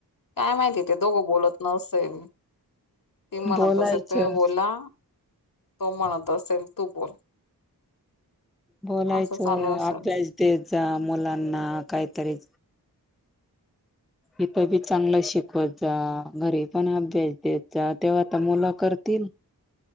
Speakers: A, on the left; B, in the centre.
A: काय माहिती ते दोघं बोलत नसेल ती म्हणत
B: बोलायचं
A: असेल तुम्ही बोला तो म्हणत असेल तू बोल
B: बोलायचं
A: असं चालू असेल
B: अभ्यास द जा मुलांना काहीतरी इथं बी चांगलं शिकवायचा घरी पण अभ्यास द्यायचा तेव्हा तर मुलं करतील